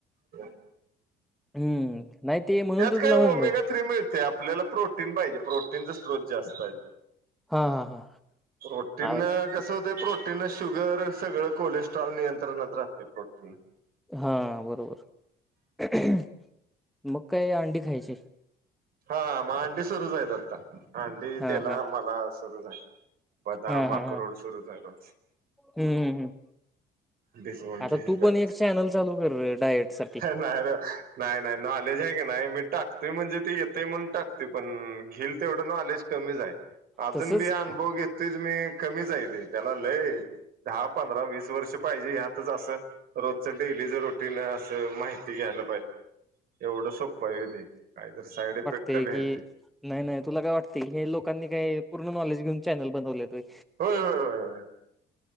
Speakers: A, on the right; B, in the centre.
A: होय
B: हम्म नाही ते म्हणून
A: त्यात
B: तर
A: काय
B: तुला म्हणलं
A: ओमेगा थ्री मिळते आपल्याला प्रोटीन पाहिजे प्रोटीनचा स्त्रोत जास्तय
B: हा हा हा
A: प्रोटीन
B: आ-
A: कस होतंय प्रो टीन शुगर सगळं कोलेस्ट्रॉल नियंत्रणात राहते प्रोटीनं
B: हा बरोबर मग काय अंडी खायची
A: हा म आंडी सुरूचयत आता अंडी
B: हा
A: त्याला
B: हा.
A: मला सुरूचयत बदाम
B: हा हा
A: अक्रोड
B: हा
A: सुरूचयत रोज
B: हम्म हम्म
A: बिसवण
B: आता
A: ते हे
B: तू
A: करते
B: पण एक चॅनल चालू कर डायट साठी
A: नाही र नाही नाही नो लेज आहे की नाही मी टाकत म्हणजे ते येते म्हण टात पण घेईल तेवढं नॉलेज कमीच आहे. अजून
B: तसच
A: बी अनुभव घेतोच मी कमीच आहे ते त्याला लय दहा पंधरा वीस वर्ष पाहिजे ह्यातच असं रोजचं डेली ज रुटीन च माहिती घ्यायला पाहिजे एवढं सोपं आहे वे ते काहीत साईड इफेक्ट
B: ते
A: बी
B: कि
A: आहे
B: नाही नाही तुला काय वाटते हे लोकांनी काही पूर्ण नॉलेज घेऊन चॅनल बनवलेत वे.
A: होय होय होय.